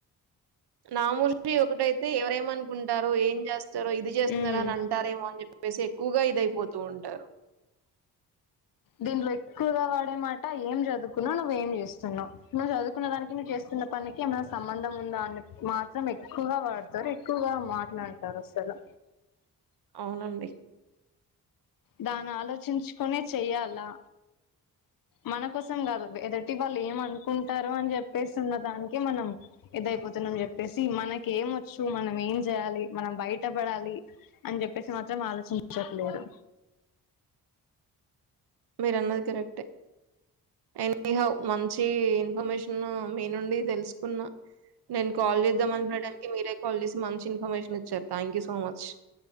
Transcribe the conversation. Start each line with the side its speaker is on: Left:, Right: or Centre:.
Right: నామూషి ఒకటైతే ఎవరేమనుకుంటారో ఏం చేస్త ఇది చేస్తున్నారు
Left: ఉమ్
Right: అని అంటారేమో అని చెప్పేసి ఎక్కువగా ఇద అయిపోతూ ఉంటారు,
Left: దీంట్లో ఎక్కువగా వాడేమాట ఏం చదువుకున్నావు నువ్వు ఏం చేస్తున్నావు నువ్వు చదువుకున్న దానికి నువ్వు చేస్తున్న పనినికి ఏమైనా సంబంధం ఉందా అని మాత్రం ఎక్కువగా వాడతారు ఎక్కువగా మాట్లాడుతారు అసలు
Right: అవునండి
Left: దాన్ని ఆలోచించుకునే చెయ్యాలా మన కోసం కాదు ఎదటి వాళ్ళు ఏమ అనుకుంటారు అని చెప్పేసి ఉన్న దానికే మనం ఇదయిపోతున్నాం అని చెప్పేసి మనక ఏమ వచ్చు మనం ఏం చేయాలి మనం బయట పడాలి అని చెప్పేసి మాత్రం ఆలోచించట్లేరు
Right: మీరు అన్నది కరెక్ట్ ఎనీ హో మంచి ఇన్ఫర్మేషన్ మీ నుండి తెలుసుకున్నా నేను కాల్ చేద్దాంనుకుడానికి మీరే కాల్ చేసి మంచి ఇన్ఫర్మేషన్ ఇచ్చారు thank you so much,